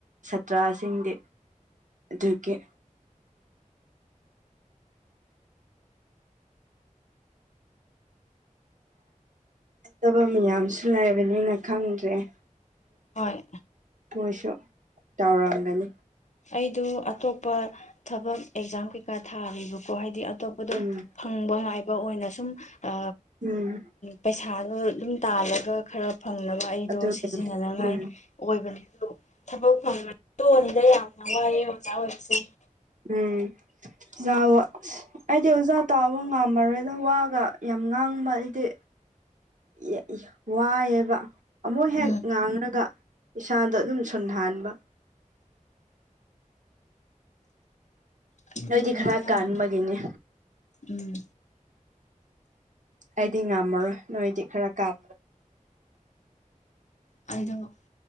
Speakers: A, on the right; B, on the left.
A: ꯁꯥꯇ꯭ꯔꯥꯁꯤꯡꯗꯤ ꯑꯗꯨꯗꯒꯤꯦ ꯐꯠꯇꯕ ꯃꯌꯥꯝꯁꯨ ꯂꯩꯕꯅꯤꯅ ꯈꯪꯗ꯭ꯔꯦ ꯑ
B: ꯍꯣꯏ
A: ꯃꯣꯏꯁꯨ ꯇꯧꯔꯝꯒꯅꯤ
B: ꯑꯩꯗꯨ ꯑꯇꯣꯞꯄ ꯊꯕꯛ ꯑꯦꯛꯖꯥꯝ ꯀꯩꯀꯥ ꯊꯥꯔꯤꯕꯀꯣ ꯍꯥꯏꯗꯤ ꯑꯠ ꯑꯇꯣꯞꯄꯗꯣ
A: ꯎꯝ
B: ꯐꯪꯕ ꯉꯥꯏꯕ ꯑꯣꯏꯅ ꯁꯨꯝ ꯑ
A: ꯎꯝ
B: ꯄꯩꯁꯥꯗꯣ ꯑꯗꯨꯝ ꯇꯥꯜꯂꯒ ꯈꯔ ꯐꯪꯅꯕ ꯑꯩꯗꯣ
A: ꯑꯗꯨ
B: ꯁꯤꯖꯤꯟꯅꯅꯉꯥꯏ
A: ꯎꯝ
B: ꯑꯣꯏꯕꯅꯦ ꯑꯗꯣ ꯊꯕꯛ ꯐꯪꯗꯔꯠ ꯇꯣꯛꯑꯅꯤꯗ ꯌꯥꯝꯅ ꯋꯥꯏꯑꯦ ꯑꯣꯖꯥ ꯑꯣꯏꯕꯁꯦ
A: ꯎꯝ ꯆꯥꯋꯣ ꯑꯩꯗꯤ ꯑꯣꯖꯠ ꯇꯥꯕ ꯉꯝꯃꯔꯣꯏꯗ ꯋꯥꯒ ꯌꯥꯝ ꯉꯥꯡꯕ ꯑꯩꯗꯤ ꯌꯦ ꯌ ꯋꯥꯏꯑꯦꯕ ꯑꯃꯨꯛ ꯍꯦꯟ
B: ꯎꯝ
A: ꯉꯥꯡꯔꯒ ꯏꯁꯥꯗ ꯑꯗꯨꯝ ꯁꯨꯟ ꯍꯥꯟꯕ
B: ꯑꯗꯨꯅ
A: ꯅꯣꯏꯗꯤ ꯈꯔ
B: ꯋꯥ ꯌꯥꯝ
A: ꯀꯥꯟꯕꯒꯦꯅꯦ
B: ꯎꯝ
A: ꯑꯩꯗꯤ ꯉꯝꯃꯔꯣꯏ ꯅꯣꯏꯗꯤ ꯈꯔ ꯀꯥꯞ
B: ꯑꯥꯏꯗꯣꯅꯣ